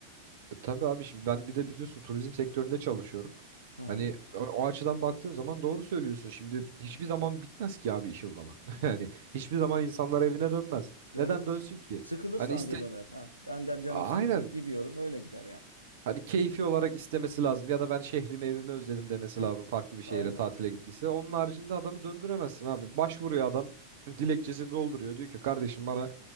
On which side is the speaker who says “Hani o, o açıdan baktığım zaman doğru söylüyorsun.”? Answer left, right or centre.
Right